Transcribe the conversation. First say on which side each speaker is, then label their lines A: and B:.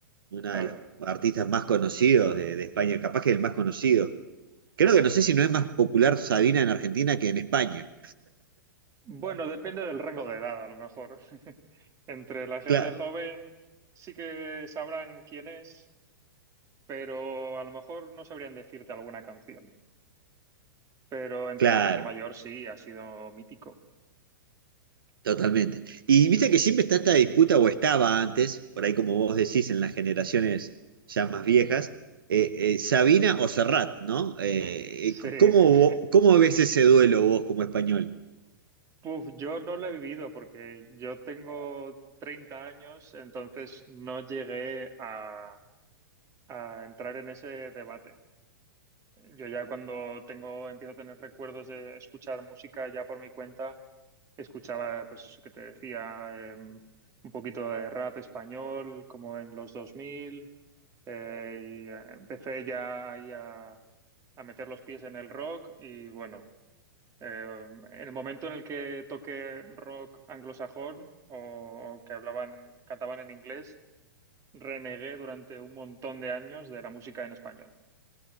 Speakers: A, on the right; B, on the right.
A: una
B: Claro.
A: de las artistas más conocidos de, de España, capaz que el más conocido. Creo que no sé si no es más popular Sabina en Argentina que en España.
B: Bueno, depende del rango de edad, a lo mejor. <laughs> Entre la gente
A: Claro,
B: joven sí que sabrán quién es, pero a lo mejor no sabrían decirte alguna canción. Pero entre
A: Claro,
B: la gente mayor sí, ha sido mítico.
A: totalmente. Y viste que siempre está esta disputa, o estaba antes, por ahí como vos decís, en las generaciones ya más viejas, eh, eh, Sabina o Serrat, ¿no? Eh,
B: Sí.
A: eh, c- ¿cómo,
B: <laughs>
A: vo- cómo ves ese duelo vos como español?
B: Puf, yo no lo he vivido porque yo tengo 30 años, entonces no llegué a, a entrar en ese debate. Yo ya cuando tengo, empiezo a tener recuerdos de escuchar música ya por mi cuenta, escuchaba, pues, eso que te decía, em, un poquito de rap español, como en los 2000. Eh, y eh, empecé ya ahí a, a meter los pies en el rock y bueno, eh, en el momento en el que toqué rock anglosajón o que hablaban, cantaban en inglés, renegué durante un montón de años de la música en español.